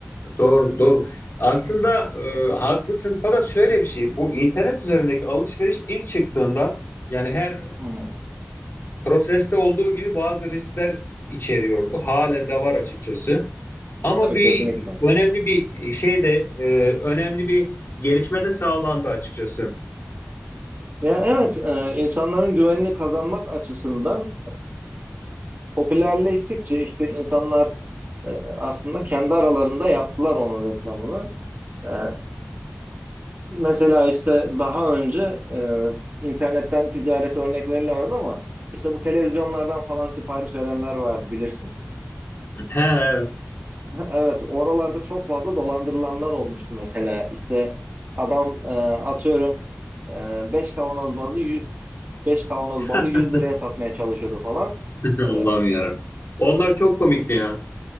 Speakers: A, on the left; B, on the right.
A: Doğru, doğru. Aslında e, haklısın fakat şöyle bir şey. Bu internet üzerindeki alışveriş ilk çıktığında yani her
B: Hı hı.
A: Proseste olduğu gibi bazı riskler içeriyordu. Halen de var açıkçası. Ama
B: Tabii
A: bir
B: kesinlikle.
A: önemli bir e, şey de e, önemli bir gelişme de sağlandı açıkçası.
B: Ya evet, e, insanların güvenini kazanmak açısından popülerleştikçe işte insanlar e, aslında kendi aralarında yaptılar onun reklamını. E, mesela işte daha önce e, internetten ticaret örnek verilemez ama işte bu televizyonlardan falan sipariş verenler vardı bilirsin.
A: He evet.
B: <laughs> Evet oralarda çok fazla dolandırılanlar olmuştu mesela. İşte adam e, atıyorum e, 5 kavanoz bazı 5 kavanoz balı
A: <laughs>
B: 100 liraya satmaya çalışıyordu falan.
A: Allah'ım
B: E,
A: yarabbim. Onlar çok komikti ya.